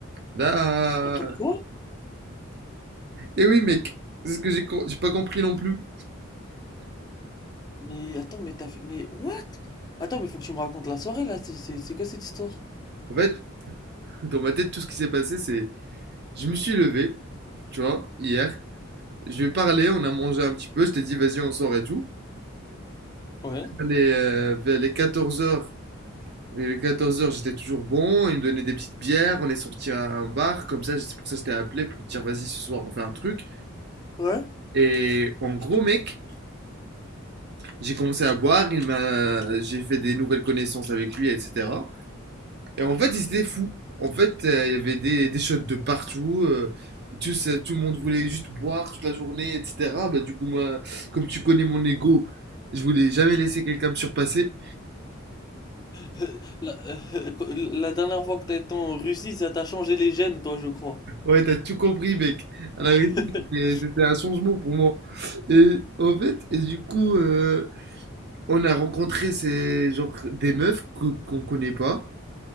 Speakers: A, on the right; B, on the left.
A: Là,
B: Attends, quoi?
A: et oui, mec, c'est ce que j'ai co- j'ai pas compris non plus.
B: Mais attends, mais t'as fait, mais what? Attends, mais faut que tu me racontes la soirée, là, c'est c'est- c'est quoi cette histoire?
A: En fait, dans ma tête, tout ce qui s'est passé, c'est je me suis levé, tu vois, hier. Je lui ai parlé, on a mangé un petit peu, je t'ai dit vas-y on sort et tout.
B: Ouais.
A: Vers les, euh, vers les 14 heures, les 14 heures j'étais toujours bon, il me donnait des petites bières, on est sorti à un bar, comme ça c'est pour ça que je t'ai appelé pour te dire vas-y ce soir on fait un truc.
B: Ouais.
A: Et en gros mec, j'ai commencé à boire, il m'a, j'ai fait des nouvelles connaissances avec lui, etc. Et en fait, ils étaient fous. En fait, euh, il y avait des, des shots de partout. euh, tout, ça- tout le monde voulait juste boire toute la journée, etc. Bah, du coup, moi, comme tu connais mon ego, je voulais jamais laisser quelqu'un me surpasser.
B: <laughs> Euh, La, euh, <laughs> euh, la dernière fois que t'as été en Russie, ça t'a changé les gènes, toi, je crois.
A: Ouais, t'as tout compris, mec. À la
B: <laughs>
A: vérité, c'était c'était un changement pour moi. Et en fait, et du coup, euh, on a rencontré ces, genre, des meufs que- qu'on connaît pas.